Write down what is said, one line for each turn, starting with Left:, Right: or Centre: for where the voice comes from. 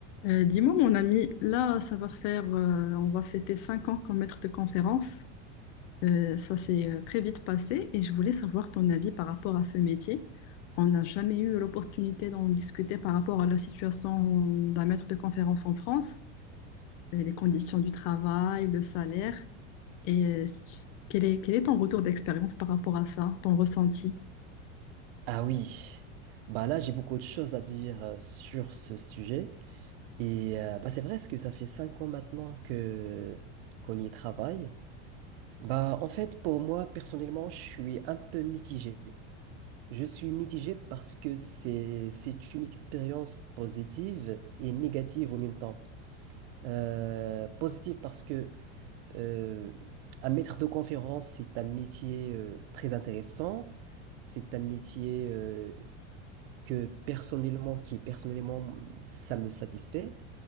Left: Euh, dis-moi, mon ami, là, ça va faire, euh, on va fêter cinq ans comme maître de conférence. Euh, ça s'est euh, très vite passé et je voulais savoir ton avis par rapport à ce métier. On n'a jamais eu l'opportunité d'en discuter par rapport à la situation d'un maître de conférence en France, euh, les conditions du travail, le salaire. Et euh, quel est, quel est ton retour d'expérience par rapport à ça, ton ressenti?
Right: Ah oui, bah là j'ai beaucoup de choses à dire euh, sur ce sujet et euh, bah c'est vrai parce que ça fait cinq ans maintenant que qu'on y travaille. Bah en fait pour moi personnellement je suis un peu mitigé. Je suis mitigé parce que c'est c'est une expérience positive et négative au même temps. Euh, positive parce que euh, un maître de conférence c'est un métier euh, très intéressant, c'est un métier euh, que personnellement, qui personnellement, ça me satisfait,